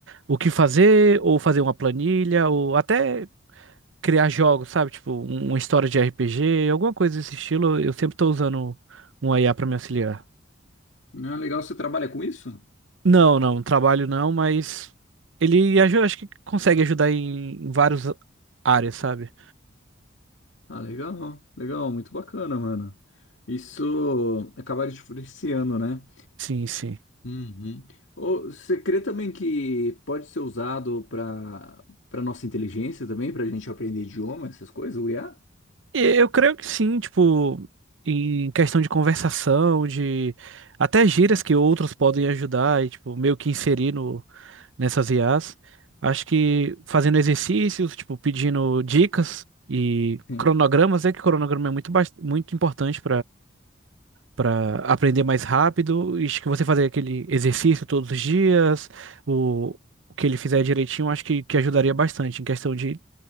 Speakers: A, on the right; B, on the left.
A: o que fazer, ou fazer uma planilha, ou até criar jogos, sabe? Tipo, um- uma história de RPG, alguma coisa desse estilo. Eu sempre tô usando um IA pra me auxiliar.
B: Não é legal você trabalha com isso?
A: Não, não, trabalho não, mas ele ajuda, acho que consegue ajudar em em várias áreas, sabe?
B: Ah, legal, legal, muito bacana, mano. Isso acaba te influenciando, né?
A: Sim, sim.
B: Uhum. Ô, Você crê também que pode ser usado para para nossa inteligência também, para a gente aprender idioma, essas coisas, o IA?
A: Eu creio que sim, tipo, em questão de conversação, de até gírias que outros podem ajudar e, tipo, meio que inserir no, nessas IAs. Acho que fazendo exercícios, tipo, pedindo dicas e
B: Hum.
A: cronogramas, é que cronograma é muito, bas- muito importante para aprender mais rápido. E acho que você fazer aquele exercício todos os dias, o, o que ele fizer direitinho, acho que, que ajudaria bastante em questão de,